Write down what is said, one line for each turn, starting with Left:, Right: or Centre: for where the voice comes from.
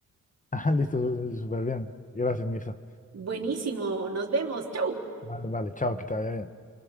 Left: <laughs> Ah, listo, súper bien. Gracias, Mirza.
Right: Buenísimo, nos vemos, chau.
Left: Vale, vale, chao, que te vaya bien.